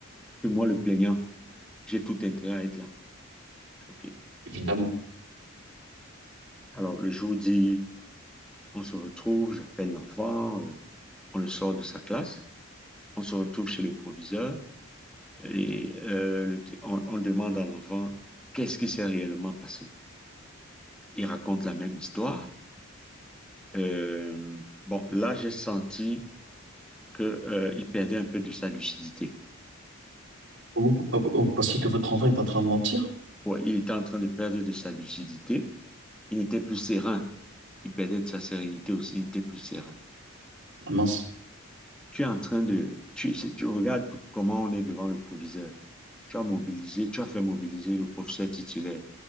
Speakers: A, in the centre; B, on the right.
A: c'est moi le plaignant, j'ai tout intérêt à être là. Je fais, OK.
B: évidemment.
A: Alors, le jour dit, on se retrouve, j'appelle l'enfant, euh, on le sort de sa classe, on se retrouve chez le proviseur et euh, le- on, on demande à l'enfant qu'est-ce qui s'est réellement passé. Il raconte la même histoire. Euh, bon, là, j'ai senti que, euh, il perdait un peu de sa lucidité.
B: Vous, vous- vous pensiez que votre enfant est en train de mentir?
A: Ouais, il était en train de perdre de sa lucidité. Il n'était plus serein. Il perdait de sa sérénité aussi. Il n'était plus serein.
B: Ah mince.
A: Tu es en train de... Tu, c'est- tu regardes comment on est devant le proviseur. Tu as mobilisé, tu as fait mobiliser le professeur titulaire.